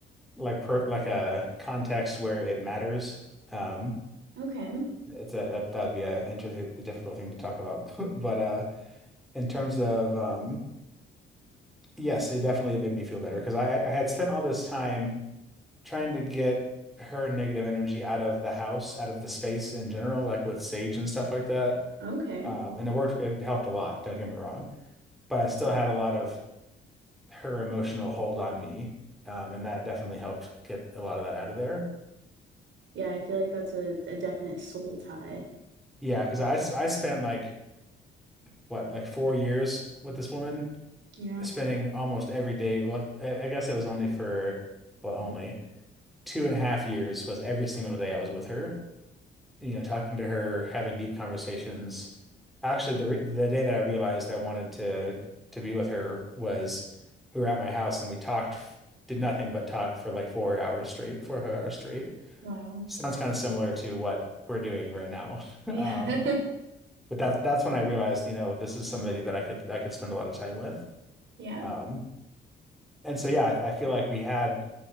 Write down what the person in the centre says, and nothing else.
like per like a context where it matters. Um,
it's a that, that'd be a interesting, a difficult thing to talk about. <laughs> But uh, in terms of um, yes, it definitely made me feel better because I I had spent all this time trying to get her negative energy out of the house, out of the space in general, like with sage and stuff like that.
Um, and it worked. It helped a lot. Don't get me wrong, but I still had a lot of her emotional hold on me. Um, and that definitely helped get a lot of that out of there.
Yeah, because I, s- I spent like what, like four years with this woman,
spending almost every day. Well, I I guess it was only for, well, only two and a half years was every single day I was with her, you know, talking to her, having deep conversations. Actually, the, re- the day that I realized I wanted to, to be with her was we were at my house and we talked, f- did nothing but talk for like four hours straight, four or five hours straight.
Sounds kind of similar to what we're doing right now. <laughs>
Um,
but that that's when I realized, you know, this is somebody that I could I could spend a lot of time with.
Um, and so yeah, I, I feel like we had